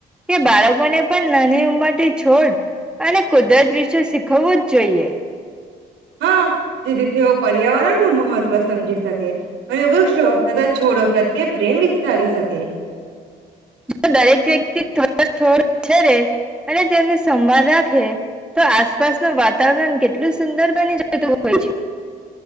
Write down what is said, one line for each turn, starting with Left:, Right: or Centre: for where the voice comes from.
Centre: કે બાળકોને મને પણ નાની ઉંમરથી છોડ અને કુદરત વિશે શીખવવું જ જોઈએ.
Right: હા જેથી તેઓ પર્યાવરણનું મહત્વ સમજી શકે અને વૃક્ષો તથા છોડો પ્રત્યે પ્રેમ વિકસાવી શકે.
Centre: જો દરેક વ્યક્તિ ઘરે છોડ ઉછેરે અને તેમને સંભાળ રાખે તો આસપાસનું વાતાવરણ કેટલું સુંદર બની જતું હોય છે.